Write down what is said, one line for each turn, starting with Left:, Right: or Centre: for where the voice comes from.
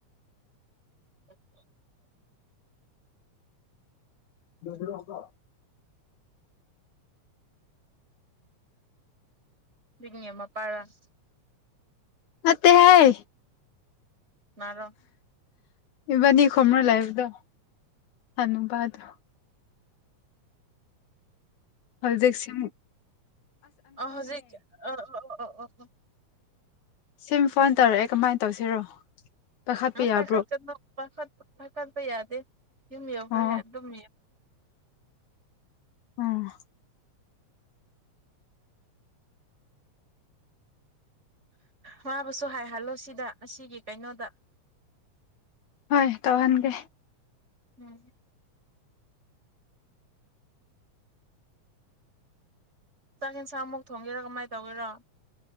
Right: <unintelligible>
Left: ꯂꯁ ꯂꯀ
Right: ꯂꯤꯡ ꯃꯄꯥꯔꯁ
Left: ꯑꯠꯇ ꯍꯥꯏ
Right: ꯃꯔꯔꯣ
Left: ꯏꯕꯥꯅꯤ ꯈꯅ ꯂꯥꯏꯕꯗꯣ ꯍꯅꯕꯗꯨ ꯑꯗꯨꯗꯁꯤ
Right: ꯑꯣꯏꯖꯤ ꯑꯩ ꯑ ꯑ ꯎ
Left: ꯁꯤꯃ ꯐꯣꯟ ꯇꯧꯔꯛꯑꯦ ꯀꯃꯥꯏꯅ ꯇꯧꯁꯤꯔꯣ ꯄꯥꯏꯈꯠꯄ
Right: ꯑ
Left: ꯌꯥꯕ꯭ꯔꯣ
Right: ꯄꯥꯏꯈꯠ ꯀꯅꯨ ꯄꯥꯏꯈꯠꯄ ꯌꯥꯗꯦ ꯌꯨꯝꯃꯤꯎꯈ꯭ꯔ
Left: ꯑꯣ
Right: ꯍꯦ ꯑꯗꯨꯝ
Left: ꯑꯝ
Right: ꯃꯥꯕꯨꯁꯨ ꯍꯥꯏꯍꯜꯂꯣ ꯁꯤꯗ ꯑꯁꯤꯒꯤ ꯀꯩꯅꯣꯗ
Left: ꯍꯣꯏ ꯇꯧꯍꯟꯒꯦ
Right: ꯑꯝ ꯆꯥꯛ ꯌꯦꯟꯁꯥꯡꯃꯨꯛ ꯊꯣꯡꯒꯦꯔꯥ ꯀꯃꯥꯏꯅ ꯇꯧꯒꯦꯔꯣ